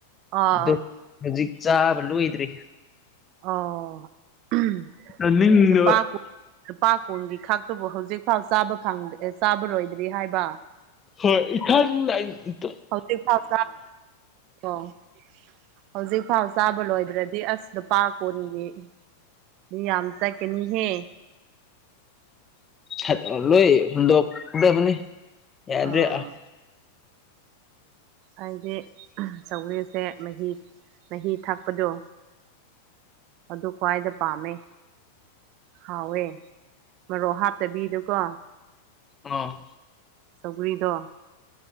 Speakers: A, on the right (about 45°); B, on the left (about 20°).
A: ꯑꯣ
B: ꯑꯗꯨ ꯍꯧꯖꯤꯛ ꯆꯥꯕ ꯂꯣꯏꯗ꯭ꯔꯤ
A: ꯑꯣ <unintelligible>
B: ꯆꯥꯅꯤꯡꯗꯕ
A: ꯂꯨꯄꯥ ꯀꯨꯟ ꯂꯨꯄꯥ ꯀꯨꯟꯒꯤ ꯈꯛꯇꯕꯨ ꯍꯧꯖꯤꯛ ꯐꯥꯎ ꯆꯥꯕ ꯐꯪ ꯑꯦ ꯆꯥꯕ ꯂꯣꯏꯗ꯭ꯔꯤ ꯍꯥꯏꯕ
B: ꯍꯦ ꯏꯊꯟꯗ ꯑꯩꯅ <unintelligible>
A: ꯍꯧꯖꯤꯛ ꯐꯥꯎ ꯆ <unintelligible> ꯍꯧꯖꯤꯛꯐꯥꯎ ꯆꯥꯕ ꯂꯣꯏꯗ꯭ꯔꯗꯤ ꯑꯁ ꯂꯨꯄꯥ ꯀꯨꯟꯒꯤ ꯃꯤ ꯌꯥꯝ ꯆꯠꯀꯅꯤꯍꯦ
B: ꯎꯝ ꯂꯣꯏ ꯍꯨꯟꯗꯣꯛꯇꯕꯅꯤ ꯌꯥꯗ꯭ꯔꯦ
A: ꯑꯥ ꯍꯥꯏꯗꯤ ꯆꯧꯒꯔꯤꯁꯦ ꯃꯍꯤ ꯃꯍꯤ ꯊꯥꯛꯄꯗꯣ ꯑꯗꯨ ꯈ꯭ꯋꯥꯏꯗ ꯄꯥꯝꯃꯦ ꯍꯥꯎꯋꯦ ꯃꯔꯣꯛ ꯍꯥꯞꯠꯇꯕꯤꯗꯨꯀꯣ
B: ꯑ
A: ꯁꯒꯔꯤꯗ